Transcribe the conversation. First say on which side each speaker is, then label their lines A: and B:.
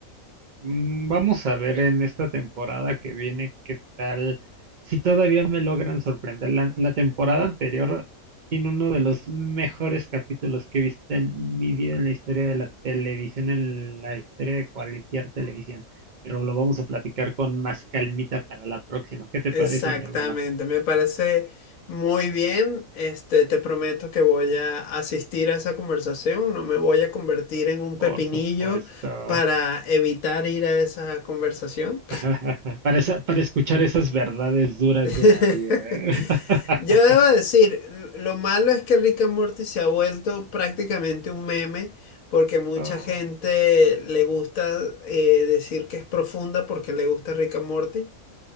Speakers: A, on the right; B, on the left.
A: Mm, Vamos a ver en esta temporada que viene qué tal, si todavía me logran sorprender. La, la temporada anterior tiene uno de los mejores capítulos que he visto en mi vida en la historia de la televisión, en la historia de cualquier televisión. Pero lo vamos a platicar con más calmita para la próxima. ¿Qué te
B: Exactamente,
A: parece, mi hermana?
B: me parece muy bien. Este, te prometo que voy a asistir a esa conversación. No me voy a convertir en un
A: Por
B: pepinillo
A: supuesto.
B: para evitar ir a esa conversación.
A: <laughs> Para, esa- para escuchar esas verdades duras
B: <laughs>
A: de la vida. <laughs>
B: Yo debo decir, l- lo malo es que Rick and Morty se ha vuelto prácticamente un meme porque mucha
A: Oh,
B: gente le gusta eh, decir que es profunda porque le gusta Rick and Morty,